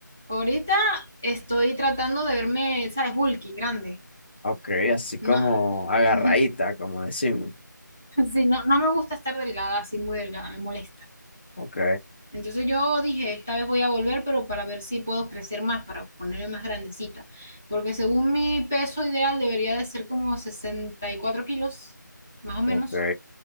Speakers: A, in the centre; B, on the left.
A: Ahorita estoy tratando de verme, ¿sabes? Bulky, grande.
B: Ok, así como
A: No,
B: agarradita,
A: <laughs>
B: como decimos.
A: sí, no, no me gusta estar delgada, así muy delgada, me molesta.
B: Ok,
A: Entonces yo dije, esta vez voy a volver, pero para ver si puedo crecer más, para ponerme más grandecita. Porque según mi peso ideal debería de ser como 64 kilos, más o
B: ok.
A: menos.